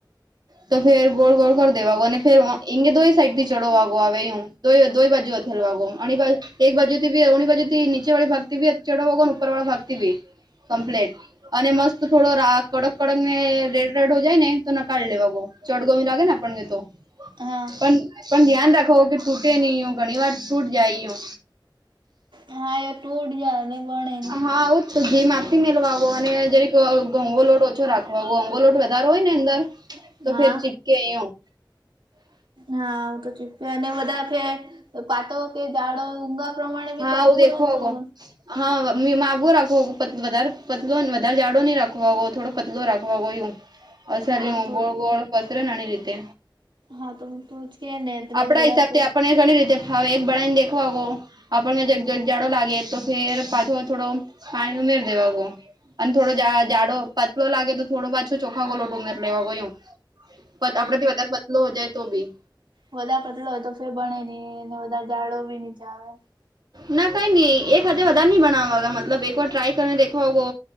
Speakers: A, on the right; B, on the right.
A: તો ફેર ગોળ ગોળ કરી દેવાગો અને ફેર એંગે દોઈ સાઈડ થી ચડવા વાગો આવે એમ તો દોહી ભાજી હોતલ વાગો અ બા એક બાજુ થી અણી બાજુ થી ચે વાળી ભાગતી ચડોગ ઉપર વાળ ભાગતી કમ્પ્લેન્ટટ અને મસ્ત થોડો રા કડક કડક ને રેડ રેડ હો જાય ને તો નકારળી લેવા બહ ચઢ ગમ લાગે ને પણ ગતો તો
B: હા
A: પણ પણ ધ્યાન રાખો કે તૂટે નહીિ હો ઘણી વાર તૂટ જાયઓ
B: હા એ તૂડ જ ને ગણે
A: હા હો જ તો ઘીમ આપી મેલવાો અને જરી ઘંગો લોટ ઓછો રાખવા અંગો લોટ વધારે હોય ને અંદર તો
B: હા
A: ફેર ચિપકે આય હ
B: હાું તો ચી અને બધા પતવ કે જાડ ઊંગા પ્રમાણે બી
A: હા
B: કર
A: હું
B: પડ
A: દેખો હોગો
B: તોગ
A: હા માગો રાખવાો વધારે પતલો વધારે જાઝાડો નહી રાખવવો થોડો પતલું રાખવા ગયું
B: હા
A: અસલી હું
B: થોડું
A: ગોળ ગોળ કસરે નાની રીતે
B: હા તો હું તો છે ને ત્રેસ
A: આપડા
B: કલાક
A: હિસાબથી આપણને ઘણી રીતે હ એક બનાને દેખવા કો આપણનેગ જાડો લાગે તો ફેર પાછો થોડો પાણી ઉમેર દેવાવો અને થોડો જાાડો પતલો લાગે તો થો પાછો ચોખા ગોલો ડુંમર લેવા ગયોું આપડા થી વધારે પતલો હો જાય તો બી
B: વધધા પતલો હોય તો ફે ભણે નહીને બધા જાઝાડો બી નીચા આવે
A: ના કઈ નઈ એ હાથે વધારે નઈ બનાવાગા મતલબ એક વાર ટ્રાય કરીને દેખવાગો